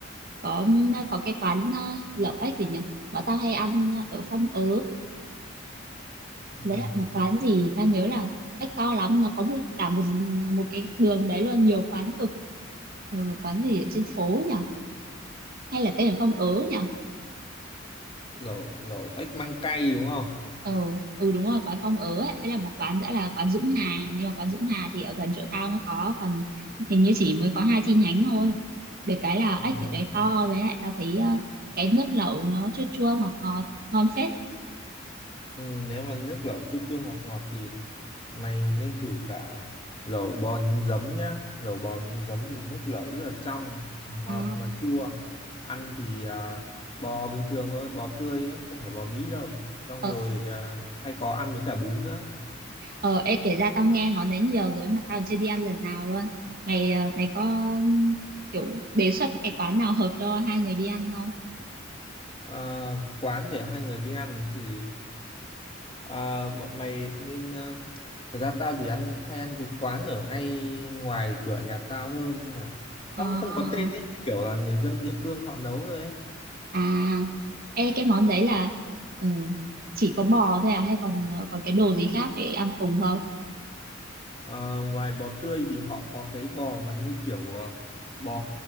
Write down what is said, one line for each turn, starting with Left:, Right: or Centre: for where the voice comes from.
Right: có ờ, có cái quán ờ, lẩu ếch gì nhỉ bọn tao hay ăn ờ, ở Phong Ớ
Left: ừ.
Right: đấy là một quán gì tao nhớ là ếch to lắm nó có một cả một ờ, một cái đường đấy luôn nhiều quán cực ờ, quán gì ở trên phố nhỉ hay là tên là Phong Ớ nhỉ
Left: lẩu lẩu ếch măng cay đúng không
Right: ờ ừ đúng rồi quán Phong ớ ấy với là một quán nữa là quán Dũng Hà nhưng mà quán Dũng Hà thì ở gần chỗ tao nó có còn hình như chỉ mới có hai chi nhánh thôi được cái là
Left: ừ.
Right: ếch ở đấy to với lại tao thấy ờ, cái nước lẩu nó chua chua ngọt ngọt ngon phết
Left: Ừ, nếu mà nước lẩu chua chua ngọt ngọt thì mày nên thử cả lẩu bò nhúng giấm nhá lẩu bò nhúng giấm thì nước lẩu rất là trong ngọt
Right: à
Left: mà chua ăn thì à, bò bình thường thôi bò tươi ấy không phải bò Mỹ đâu xong
Right: ờ
Left: rồi à, hay có ăn với cả bún nữa
Right: ờ ê, kể ra tao nghe món đấy nhiều rồi mà tao chưa đi ăn lần nào luôn mày ờ, mày có kiểu đề xuất cái quán nào hợp cho hai người đi ăn không
Left: À, quán để hai người đi ăn thì à, bọn mày nên à, thật ra tao thì ăn hay ăn cái quán ở ngay ngoài cửa nhà tao hơn nên là tao
Right: à
Left: cũng không có tên ấy kiểu là người dân địa phương họ nấu thôi ấy
Right: À, ê, cái món đấy là ừ, chỉ có bò thôi à hay còn ờ, còn cái đồ gì khác để ăn cùng không?
Left: Ờ, ngoài bò tươi thì họ có cái bò mà như kiểu ờ, bò